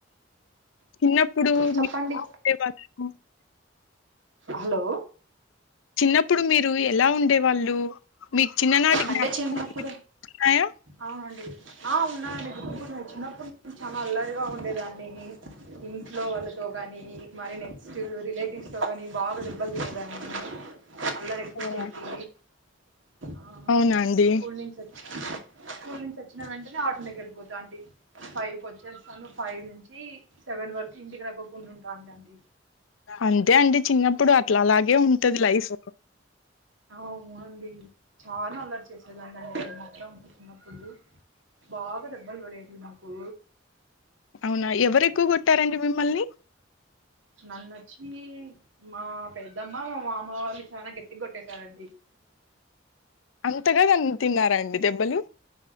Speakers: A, on the left; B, on the right.
A: చిన్నప్పుడు
B: చెప్పండి
A: మీ <unintelligible>
B: హలో
A: చిన్నప్పుడు మీరు ఎల ఉండే వాళ్ళు మీకు చిన్ననాటి జ్ఞాపన్నకలు
B: అంటే చిన్నప్పుడు
A: <unintelligible>
B: అవునండి ఆ ఉన్నానండి <unintelligible> చిన్నప్పటి నుంచి చాలా అల్లరిగా ఉండేదాన్ని ఇంట్లో వాళ్ళతో కాని మరి నెక్స్ట్ రిలేటివ్స్ తో ని బాగ తె దెబ్బల్ తినేదన్ని అల్లరి ఎక్కువ
A: అవునా
B: చేసి ఆ
A: అవునా అండి
B: స్కూల్ నుంచి స్కూల్ నుంచి వచ్చిన వెంటనే <unintelligible> వెళ్ళిపోతా అంటీ ఫైవ్ వచ్చేస్తాను ఫైవ్ నుంచి సెవెన్ వరకు ఇంటికి రాకకుండ ఉంటాండి
A: అంతే అండి చిన్నప్పుడు అట్లలాగే ఉంటది లైఫ్
B: అవునండి చాల అల్లరి చేసేదాన్ని అండి నేను మాత్రం చిన్నప్పుడు బగా దెబ్బల్ పడేవి నాకు
A: అవునా ఎవరు ఎక్కువ కొట్టారండి మిమ్మల్ని
B: నన్నోచ్చి మా పెద్దమ్మ మా మామ వాళ్ళ చాల గట్టిగ కొట్టేశారండి
A: అంతగా తిన్నారా అండి దెబ్బలు